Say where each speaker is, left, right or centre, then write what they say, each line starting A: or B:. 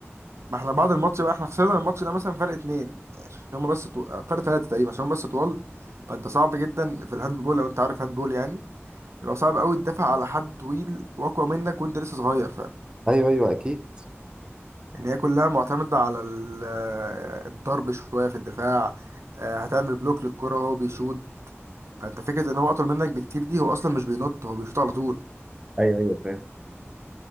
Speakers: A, on the right (about 75°); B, on the right (about 20°).
A: ما احنا بعد الماتش بقى احنا خسرنا الماتش ده مثلا فرق اتنين عشان هم بس طو... فرق تلاتة تقريبا عشان هم بس طوال فانت صعب جدا في الهاند بول لو انت عارف هاند بول يعني يبقى صعب قوي تدافع على حد طويل واقوى منك وانت لسه صغير فاهم
B: <laughs> أيوه أيوه أكيد
A: ان هي كلها معتمدة على ال- آه، الضرب شوية في الدفاع آه، هتعمل بلوك للكرة وهو بيشوط فانت فكرة ان هو اطول منك بكتير دي هو اصلا مش بينط هو بيشوط على طول
B: ايوه ايوه فاهم